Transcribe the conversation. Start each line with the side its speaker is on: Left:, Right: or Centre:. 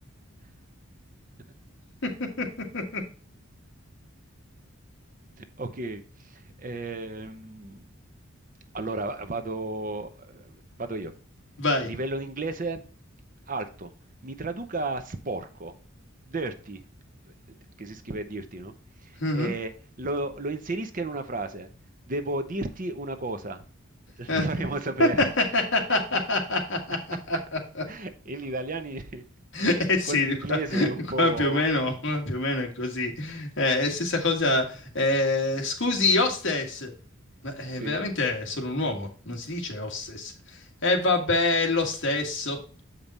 Right: <laughs>
Left: <laughs>
Right: Ok, ehm, allora vado, vado io.
Left: Vai.
Right: Livello in inglese alto. Mi traduca sporco, dirty, che si scrive dirty, no?
Left: Mhm.
Right: E lo, lo inserisca in una frase. Devo dirti una cosa, <laughs> le
Left: <laughs>
Right: faremo sapere. <laughs> E gli italiani
Left: <laughs> Eh sì,
Right: con l'inglese
Left: qua,
Right: è un po'
Left: qua più o meno, qua più o meno è così. Eh, stessa cosa, eh, scusi, hostess, ma eh,
Right: Sì.
Left: veramente sono un uomo, non si dice hostess. E vabbè, è lo stesso.